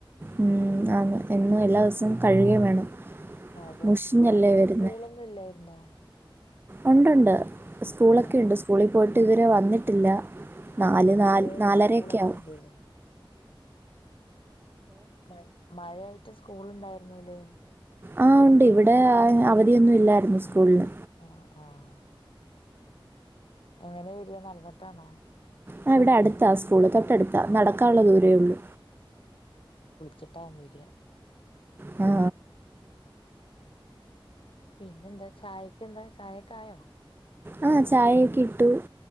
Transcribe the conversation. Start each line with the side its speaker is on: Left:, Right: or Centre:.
Right: ഉം ആ എന്നും എല്ലാ ദിവസവും കഴുകയും വേണം
Left: അതെ
Right: മുഷിഞ്ഞല്ലേ
Left: അപ്പൊ ഇന്ന്
Right: വരുന്ന
Left: സ്കൂളൊന്നും ഇല്ലായിരുന്നോ
Right: ഉണ്ടണ്ട് സ്കൂളൊക്കെ
Left: ആഹ്
Right: ഉണ്ട് സ്കൂളിൽ പോയിട്ട് ഇത് വരെ വന്നിട്ടില്ല നാല്
Left: ആഹ് മഴയായിട്ട്
Right: നാല് നാലരൊക്കെ
Left: സ്കൂളൊക്കെ
Right: ആവുംും
Left: ഉണ്ടല്ലേ മ മഴയായിട്ട് സ്കൂള ഉണ്ടായിരുന്നുല്ലേ
Right: ആഹ ഉണ്ട് ഇവിടെ അവധിയൊന്നും ഇല്ലായിരുന്നു സ്കൂളിന്
Left: ആഹ ആഹ് എങ്ങനെ വരിയാ നടന്നുട്ടാണോ
Right: ആ ഇവിടെ അടുത്താ സ്കൂള് തൊട്ടടുത്താ നടക്കാനുള്ള ദൂരേ ഉള്ളു
Left: ചട്ടാ ഉമരിിയ
Right: ആ
Left: പിന്നെന്താ ചായക്ക് എന്താ ചായക്ക ആായോ
Right: ആഹ ചായയൊക്കെ ഇട്ടു